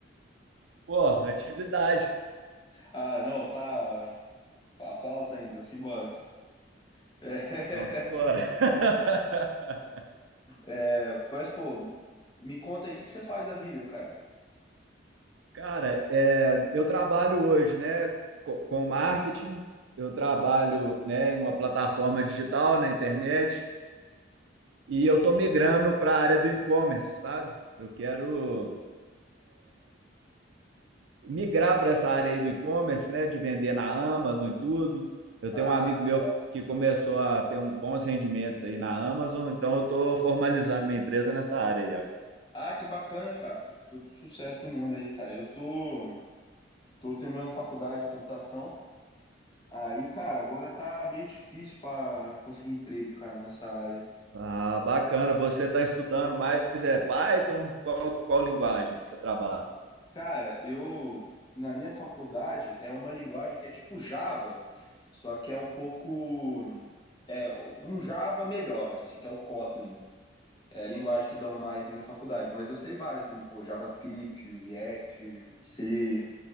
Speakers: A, on the right; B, on the left.
A: Porra, atividade.
B: Ah, não, tá. fa- Falta ainda, simbora. É,
A: Então, simbora.
B: <laughs>
A: <laughs>
B: é, mas, pô, me conta aí, o que que você faz da vida, cara?
A: Cara, é, eu trabalho hoje, né, co- com marketing. Eu trabalho, né, em uma plataforma digital na internet e eu tô migrando para a área do e-commerce, sabe? Eu quero migrar para essa área aí do e-commerce, né, de vender na Amazon e tudo. Eu
B: Ah,
A: tenho um amigo meu
B: legal.
A: que começou a ter um, bons rendimentos aí na Amazon, então eu estou formalizando minha empresa nessa área aí agora.
B: Ah, que bacana, cara. Pô, Todo sucesso no mundo aí, cara. Eu tô, tô terminando faculdade de computação. Aí, cara, agora tá meio difícil para conseguir emprego, cara, nessa área.
A: Ah, bacana. Você está estudando mais é Python? Qual, qual linguagem que você trabalha?
B: Cara, eu, na minha faculdade, é uma linguagem que é tipo Java, só que é um pouco, é, um Java melhor, assim, que é o Kotlin. é, linguagem que dão mais na minha faculdade, mas eu sei várias também, pô, JavaScript, React, C,